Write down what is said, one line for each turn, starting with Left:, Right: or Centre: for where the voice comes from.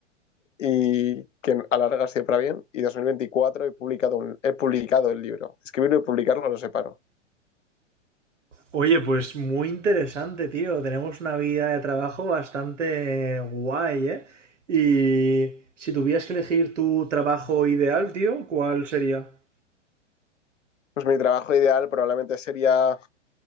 Left: y que a la larga siempre va bien. Y en 2024 he publicado, un- he publicado el libro. Escribirlo y publicarlo lo separo.
Right: Oye, pues muy interesante, tío. Tenemos una vida de trabajo bastante guay, ¿eh? Y si tuvieras que elegir tu trabajo ideal, tío, ¿cuál sería?
Left: Pues mi trabajo ideal probablemente sería